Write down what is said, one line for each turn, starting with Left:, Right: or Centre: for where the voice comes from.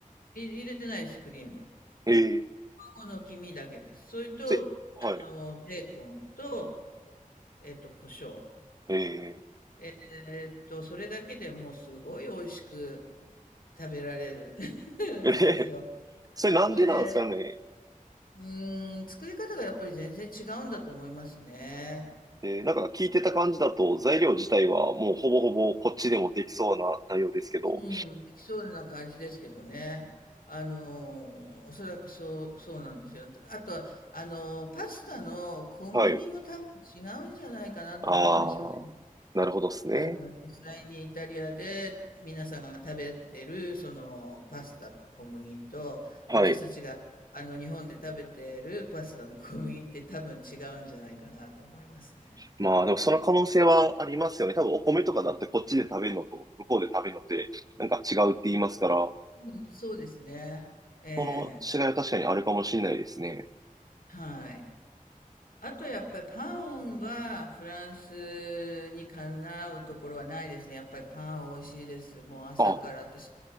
Left: い入れてないです、クリーム。
Right: ええ、
Left: 卵の黄身だけです。それと、
Right: それ、はい。
Left: あのーベーコンと、えっと、胡椒。
Right: え
Left: えーっと、それだけでもうすごい美味しく食べられる
Right: え、え、
Left: <laughs> んですよ。
Right: <laughs> それなんでなんですかね
Left: ほいで、うーん、作り方がやっぱり全然違うんだと思いますね。
Right: えー、なんか聞いてた感じだと材料自体はもうほぼほぼこっちでもできそうな内容ですけど。
Left: うん、できそうな感じですけどね。あのー、おそらくそう、そうなんですよ。あとは、あのー、パスタの小麦も多分違うんじゃないかなと思うんですよね。
Right: はい。ああ、なるほどですね。
Left: あの、実際にイタリアで皆さんが食べてる、その、パスタの小麦と、
Right: はい。
Left: 私たちが、あの、日本で食べてるパスタの小麦って多分違うんじゃないかなと思いますね。
Right: まあでもその可能性はありますよね。多分お米とかだってこっちで食べるのと向こうで食べるのってなんか違うって言いますから、
Left: うんそうですね。え
Right: その違いは確かにあるかもしれないですね。
Left: え。はい。あとやっぱりパンはフランスにかなうところはないですね。やっぱりパン美味しいです。もう朝から私
Right: あ、